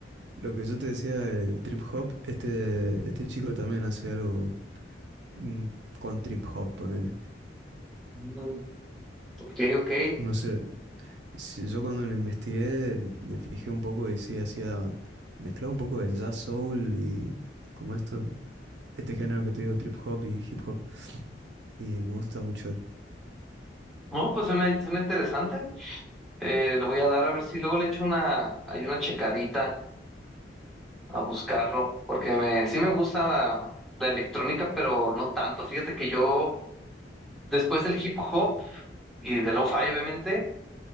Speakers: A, on the right; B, in the centre.
A: lo que yo te decía del trip hop, este, este chico también hace algo mm, con trip hop, ponele.
B: Mm, Ok, ok,
A: No sé, si yo cuando lo investigué me fijé un poco y sí, hacía, mezclaba un poco de jazz soul y como esto, este género que te digo, trip hop y hip hop. Y me gusta mucho él.
B: no, pues suena, suena interesante, Eh, le voy a dar a ver si luego le echo una, hay una checadita a buscarlo, porque me, sí me gusta la la electrónica, pero no tanto, fíjate que yo, después del hip hop, y de lo-fi, obviamente.